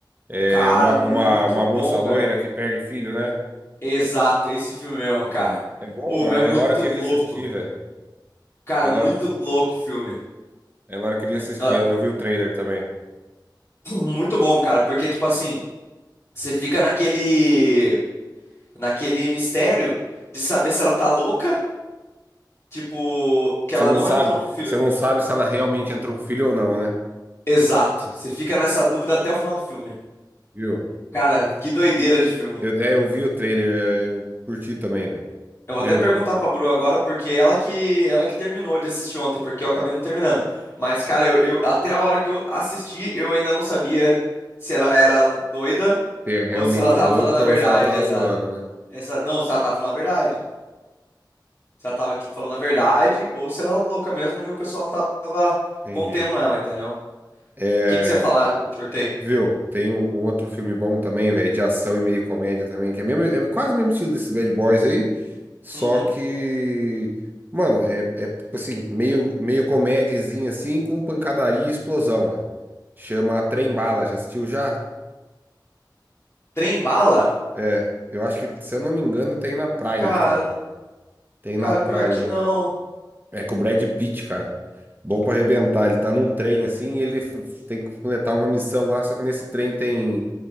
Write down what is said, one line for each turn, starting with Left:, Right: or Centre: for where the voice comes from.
Right: É
Left: Cara,
Right: uma,
Left: muito
Right: uma, uma
Left: bom,
Right: moça loira
Left: velho.
Right: que perde o filho, né?
Left: Exato, esse filme mesmo, cara.
Right: É bom?
Left: Ô, mas
Right: A
Left: é muito
Right: Elora queria
Left: louco.
Right: assistir, velho.
Left: Cara,
Right: A Elora...
Left: muito louco o filme.
Right: a Elora queria assistir.
Left: Ah,
Right: Eu vi o trailer também.
Left: <clears throat> Muito bom, cara, porque, tipo assim, você fica naquele, naquele mistério de saber se ela tá louca, tipo, que
Right: Você
Left: ela
Right: não
Left: não
Right: sabe,
Left: entrou com o filho.
Right: você não sabe se ela realmente entrou com o filho ou não, né?
Left: Exato. Você fica nessa dúvida até o final do filme.
Right: Viu?
Left: Cara, que doideira de filme.
Right: Eu, é, eu vi o trailer, é, eu curti também, velho.
Left: Eu vou
Right: Viu?
Left: até perguntar pra Bru agora, porque ela que ela que terminou de assistir ontem, porque eu acabei não terminando. Mas, cara, eu, eu- até a hora que eu assisti, eu ainda não sabia se ela era doida
Right: Se é realmente
Left: ou se ela tava
Right: louca
Left: falando a verdade.
Right: ou se ela tava
Left: Essa,
Right: zoando, né?
Left: essa, não, se ela tava falando a verdade. Se ela tava, tipo, falando a verdade ou se ela era louca mesmo e o pessoal tava
Right: Entendi.
Left: contendo ela, entendeu? O
Right: É.
Left: que que você ia falar que eu te cortei?
Right: Viu? Tem um, um outro filme bom também, velho, de ação e meio comédia também, que é, mesmo, é quase o mesmo estilo desses Bad Boys aí, só
Left: Uhum.
Right: que, mano, é, é assim, meio, meio comédiazinha assim, com pancadaria e explosão, velho. Chama Trem Bala, já assistiu já?
Left: Trem bala?
Right: É, eu acho que, se eu não me engano, tem na Prime,
Left: Cara,
Right: cara.
Left: n-
Right: Tem
Left: cara,
Right: na Prime.
Left: pior que não.
Right: É com o Brad Pitt, cara. Bom pra arrebentar. Ele tá num trem assim e ele f- tem que completar uma missão lá, só que nesse trem tem